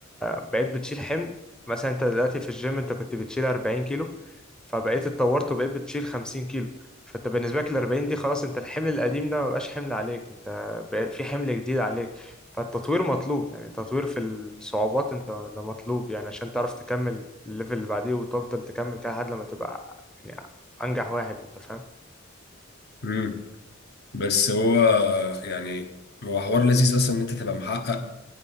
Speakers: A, in the centre; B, on the left (about 50°).
A: بقيت بتشيل حمل مثلا انت دلوقتي في الجيم انت كنت بتشيل 40 كيلو فبقيت اتطورت وبقيت بتشيل 50 كيلو فانت بالنسبه لك ال 40 دي خلاص انت الحمل القديم ده ما بقاش حمل عليك انت بقى في حمل جديد عليك فالتطوير مطلوب يعني تطوير في الصعوبات انت ده مطلوب يعني عشان تعرف تكمل الليفل اللي بعديه وتفضل تكمل كده لحد لما تبقى يعني انجح واحد انت فاهم
B: مم. بس هو يعني هو حوار لذيذ اصلا ان انت تبقى محقق